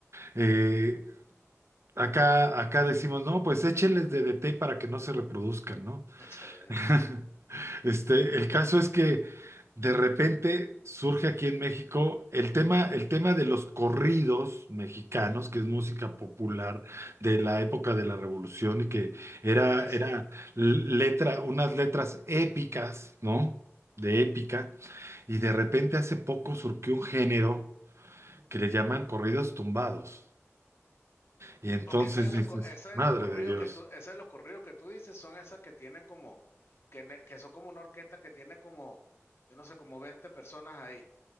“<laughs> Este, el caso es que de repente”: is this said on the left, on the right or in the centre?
Right